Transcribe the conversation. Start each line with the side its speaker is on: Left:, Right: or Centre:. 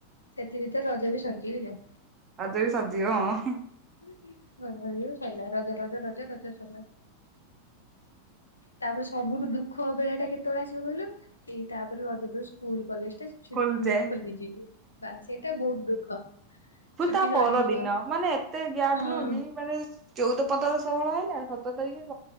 Left: ସେଥି ଭିତରେ ରଜ ବି ସରିଯିବ।
Right: ଅଜ ବି ସରିଯିବ। ହଁ।
Left: ରଜ ସରିଗଲେ ସଇଲା। ରଜ ରଜ ରଜ ରଜ ସଲା। ତାପରେ, ସବୁଠୁ ଦୁଃଖ ବେଳା ଟା କେତେବେଳେ ଆସିବ କହିଲୁ? ଏଇ ତାପରେ ରଜ ପରେ ସ୍କୁଲ କଲେଜ ହଠାତ୍ ଛୁଟ୍,
Right: ଖୋଲିଯାଏ
Left: ମାନେ ଖୋଲିଯିବ। ବା ସେଇଟା ବହୁତ ଦୁଃଖ!
Right: ସବୁ
Left: ଛୁଟି
Right: ତାପର
Left: ସରିଯିବ
Right: ଦିନ, ମାନେ ଏତେ ଗ୍ୟାପ୍
Left: ହଁ।
Right: ନୁହଁ କି! ମାନେ ଚଉଦ ପଦର ଷୋହଳ ହେଲା ସତର ତାରିଖ୍